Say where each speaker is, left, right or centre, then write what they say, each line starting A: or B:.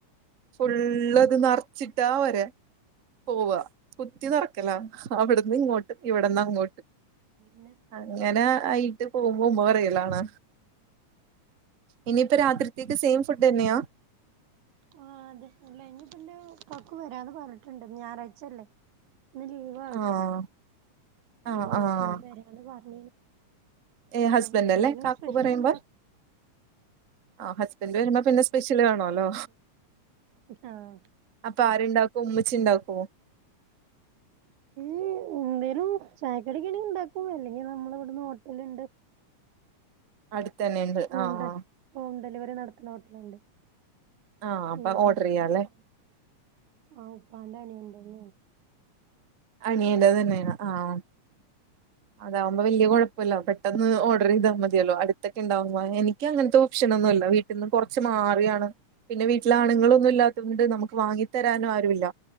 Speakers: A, on the right; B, on the right.
A: ഫുുള്ള അത് നറച്ചിട്ടാ വരെ പോവാ കുത്തി നെറക്കല അവിടന്ന് ഇങ്ങോട്ട് ഇവിടന്ന് അങ്ങോട്ട്
B: പിന്നെ
A: അങ്ങനെ ആയിട്ട് പോകുമ്പോ ഉമ്മ പറയലാണ് ഇനിയിപ്പ രാത്രിത്തേക്ക് സെയിം ഫുഡ് ന്നെയാ
B: ആഹ് അതെ അല്ല ഇനിപ്പം ഇന്റെ കാക്കു വരാന്ന് പറഞ്ഞിട്ടുണ്ട് ഞായറാഴ്ചല്ലേ ഇന്ന് ലീവ് ആൾക്ക്
A: ആഹ് ആഹ്
B: അപ്പൊ
A: ആഹ്
B: ഇങ്ങോട്ട വരാന്ന് പറഞ്ഞീനി
A: ഏ ഹസ്ബൻഡ്
B: ആഹ്
A: അല്ലേ
B: എന്താകിലും
A: കാക്കു
B: സ്പെഷ്യൽണ്ട
A: പറയുമ്പോ ആ ഹസ്ബൻഡ് വരുമ്പോ പിന്നെ സ്പെഷ്യല് വേണല്ലോ
B: ആഹ്
A: അപ്പൊ ആരുണ്ടാക്കും ഉമ്മിച്ചി ണ്ടാക്കൊ
B: ഈ എന്തേരും ചായക്കടി കാണേ ഇണ്ടാക്കൂ അല്ലെങ്കിൽ നമ്മൾ ഇവിടുന്ന് ഹോട്ടല ഉണ്ട്
A: അടുത്ത ന്നെ ഇണ്ട്
B: ഹോം
A: ആഹ്ആഹ്
B: ഡെ ഹോം ഡെലിവറി നടത്തുന്ന ഹോട്ടല്ണ്ട്
A: ആഹ് അപ്പൊ
B: ഇവിടെ
A: ഓർഡർ ചെയ്യാല്ലേ
B: ഉപ്പ ആഹ് ഉപ്പാൻ്റെ അനിയൻതന്നയാണ്
A: അനിയേണ്ടത് തന്നെയാണ് ആഹ അതാവുമ്പോ വലിയ കുഴപ്പമില്ല പെട്ടന്ന് ഓഡർ ചെയ്താൽ മതിയല്ലോ അടുത്തോക്കെ ഉണ്ടാവുമ്പോ എനിക്ക് അങ്ങനത്തെ ഓപ്ഷന ഒന്നുമില്ല വീ ഇന്ന് കുറച്ച് മാറിയാണ് പിന്നെ വീട്ടില ആണുങ്ങളൊന്നും ഇല്ലാത്തത കൊണ്ട് നമുക്ക് വാങ്ങി തരാനും ആരുല്ല